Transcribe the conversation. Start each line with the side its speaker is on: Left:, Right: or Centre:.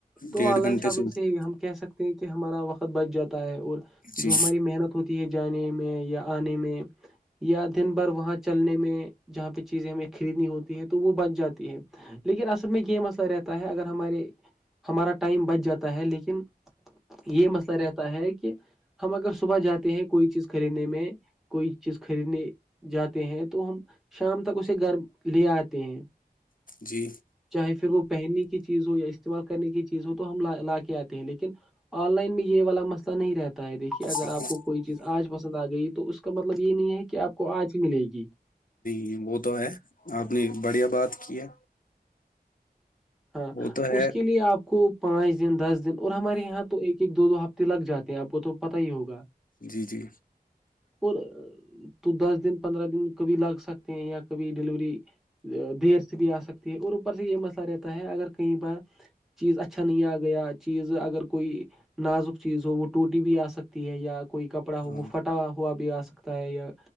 Centre: تو
Left: ڈیڑھ
Centre: ان لائن
Left: گھنٹے
Centre: شاپنگ
Left: اوپر-
Centre: سے ہم کہہ سکتے ہیں کہ ہمارا وقت بچ جاتا ہے اور
Left: جی
Centre: جو ہماری محنت ہوتی ہے جانے میں یا انے میں یا دن بھر وہاں چلنے میں جہاں پہ چیزیں ہمیں خریدی ہوتی ہیں تو وہ بچ جاتی ہے لیکن اصل میں یہ مسئلہ رہتا ہے اگر ہمارے ہمارا ٹائم بچ جاتا ہے لیکن یہ مسئلہ رہتا ہے کہ ہم اگر صبح جاتے ہیں کوئی چیز خریدنے میں کوئی چیز خریدنے جاتے ہیں تو ہم شام تک اسے گھر لے آتے ہیں
Left: جی
Centre: چاہے پھر وہ پہننے کی چیز ہو یا استعمال کرنے کی چیز ہو تو ہم لا کے آتے ہیں لیکن آن لائن میں یہ والا مسئلہ نہیں رہتا ہے دیکھیے اگر
Left: ہاں
Centre: آپ کو کوئی چیز آج پسند آ گئی تو اس کا مطلب یہ نہیں ہے کہ آپ کو آج ہی ملے گی
Left: جی وہ تو ہے آپ نے بڑھیا بات کی ہے
Centre: ہاں
Left: وہ تو ہے
Centre: اس کے لیے آپ کو پانچ دن دس دن اور ہمارے یہاں تو ایک ایک دو دو ہفتے لگ جاتے ہیں آپ کو تو پتا ہی ہوگا
Left: جی جی
Centre: اور تو دس دن پندرہ دن کبھی لگ سکتے ہیں یا کبھی ڈلیوری دیر سے بھی آ سکتی ہے اور اوپر سے یہ مسئلہ رہتا ہے اگر کہیں بار چیز اچھا نہیں آ گیا چیز اگر کوئی نازک چیز ہو وہ ٹوٹی بھی آ سکتی ہے یا کوئی کپڑا ہو
Left: ہاں
Centre: وہ پھٹ اٹا ہوا بھی آ سکتا ہے یا